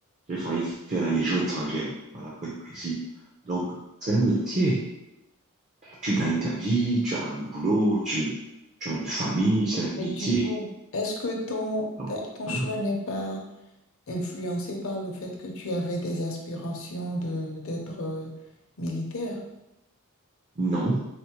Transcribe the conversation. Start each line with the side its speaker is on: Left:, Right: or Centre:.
Right: J'ai failli faire la Légion étrangère, voilà, pour être précis. Donc, c'est un métier. Tu gagnes ta vie, tu as un boulot, tu, tu as une famille, c'est un métier.
Left: mais du coup, est-ce que ton,
Right: Donc,
Left: ta- ton
Right: voilà.
Left: choix n'est pas influencé par le fait que tu avais des aspirations de d'être euh, militaire,
Right: Non,